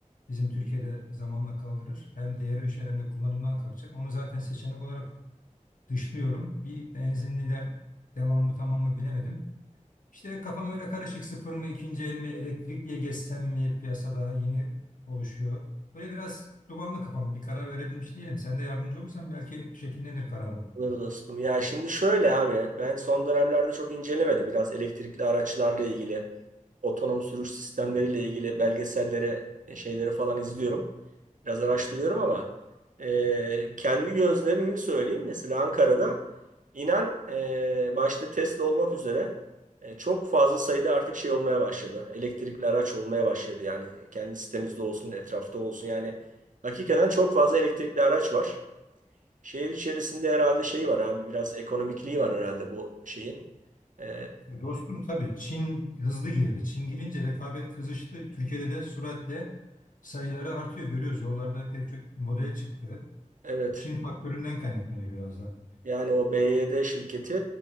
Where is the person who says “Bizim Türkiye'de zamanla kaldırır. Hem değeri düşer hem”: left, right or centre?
Left